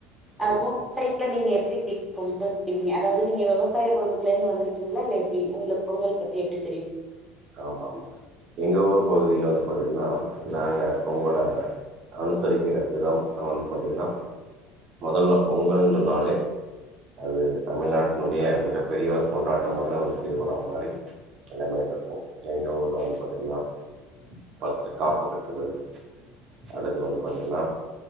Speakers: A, on the right; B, in the centre.
A: கண்டிப்பா
B: ஆ உ உங்க வீட்ல நீங்க எப்டி பொங்கல் வைப்பீங்க அதாவது நீங்க விவசாய குடும்பத்துல இருந்து வந்திருக்கீங்களா இல்ல எப்டி உங்ளுக் பொங்கல் பத்தி எப்டி தெரியு
A: ஆமாம் எங்க ஊர் பகுதியில வந்து பாத்தீங்கன்னா நாங்க பொங்கல அனுசரிக்கிற விதம் வந்து பாத்தீங்கன்னா மொதல்ல பொங்கல்னு சொன்னாலே அது தமிழ்நாட்டினுடைய மிக பெரிய ஒரு கொண்டாட்டமான ஒரு திருவிழா மாரி எல்லாமே இருக்கு எங்க ஊர்ல வந்து பாத் திங்னா ஃபஸ்ட் காப்பு கட்டுதல் அடுத்து வந்து பாத்தீங்கன்னா